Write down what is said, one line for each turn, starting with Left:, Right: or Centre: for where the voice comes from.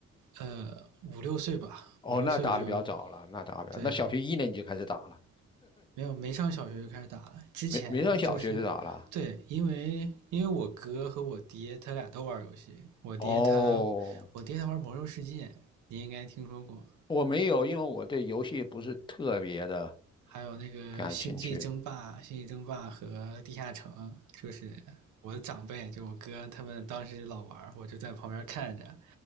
Right: 呃，五六岁吧，
Left: 哦，
Right: 五六岁就
Left: 那打的比较早了，那打的比较，
Right: 对
Left: 那小学一年级就开始打了，
Right: 没有，没上小学就开始打了。之前就是，
Left: 没没上小学就打了。
Right: 对，因为因为我哥和我爹他俩都玩游戏，我爹他我爹他玩《魔兽世界》，
Left: 哦，
Right: 你应该听说过，
Left: 我没有，因为我对游戏不是特别的
Right: 还有那个《星际争霸》《星际争霸》和《地下城》，
Left: 感兴趣。
Right: 就是我的长辈，就我哥他们当时老玩我就在旁边看着。